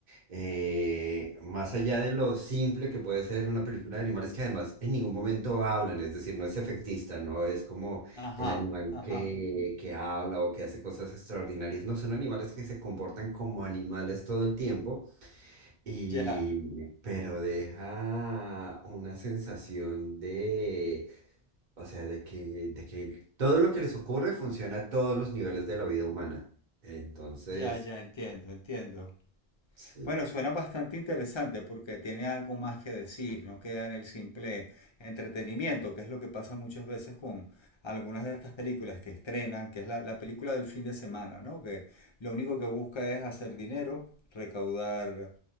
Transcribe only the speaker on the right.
eh, más allá de lo simple que puede ser una película de animales que además en ningún momento hablan, es decir, no es efectista, no es como
el animal
que, que habla o que hace cosas extraordinarias, no son animales que se comportan como animales todo el tiempo, y,
pero deja una sensación de, o sea, de que, de que todo lo que les ocurre funciona a todos los niveles de la vida humana. Entonces,
sí.